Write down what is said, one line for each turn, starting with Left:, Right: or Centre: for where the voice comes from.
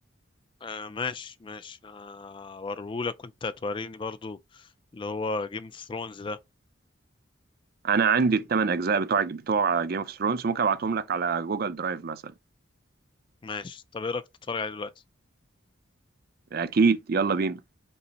Left: آه ماشي ماشي آه وريهولك وانت توريني برضو اللي هو جيم اوف ثرونز ده
Right: انا عندي الثمان اجزاء بتوع بتوع جيم اوف ثرونز ممكن ابعتهم لك على جوجل درايف مثلا
Left: ماشي طب ايه رأيك تتفرج عليه دلوقتي
Right: اكيد يلا بينا